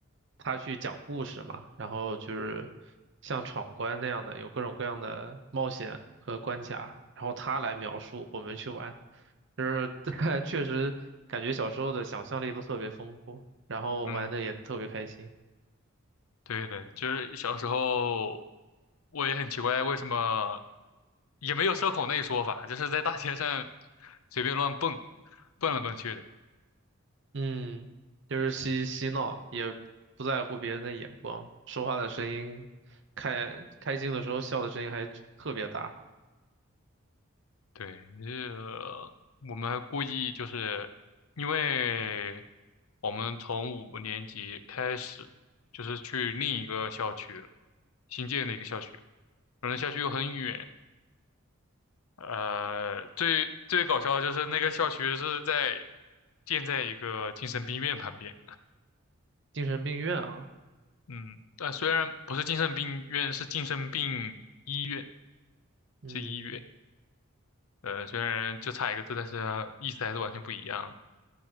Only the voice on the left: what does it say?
嗯，对的，就是小时候我也很奇怪为什么也没有社恐那一说法，就是在大街上随便乱蹦，蹦来蹦去的。
对，呃，我们还故意就是因为我们从五年级开始就是去另一个校区了新建的一个校区，反正校区又很远。呃，最最搞笑的就是那个校区是在建在一个精神病院旁边，
嗯，呃，虽然不是精神病院，是精神病医院，
是医院，呃，虽然就差一个字，但是它意思还是完全不一样的。